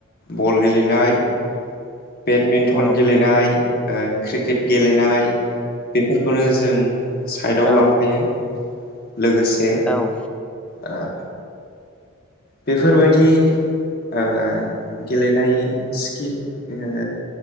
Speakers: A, on the left; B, in the centre.
A: बल गेलेनाय बेडमिन्टन
B: औ
A: गेलेनाय ओ क्रिकेट गेलेनाय बेफोरखौनो जों साइडआव
B: औ औ
A: लांफायो । लोगोसे
B: औ
A: ओ बेफोरबायदि ओ गेलेनाय स्किल ओ